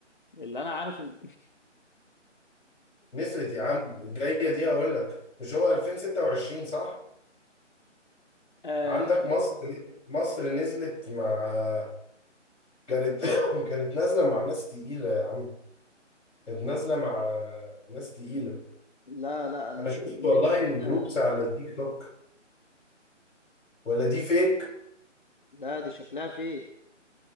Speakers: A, on the left; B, on the left.
A: اللي انا عارف ان
B: نسرت يا عم الجايه دي هقول لك مش هو 2026 صح
A: <laughs>
B: عندك مصر مصر نزلت مع كانت <coughs> كانت نازله مع ناس تقيله يا عم كانت نازله مع ناس تقيله
A: لا لا انا
B: انا
A: شايف
B: شفت
A: ان
B: والله
A: انت
B: الجروبس
A: كده
B: على التيك توك ولا دي فيك
A: لا دي شكلها فيك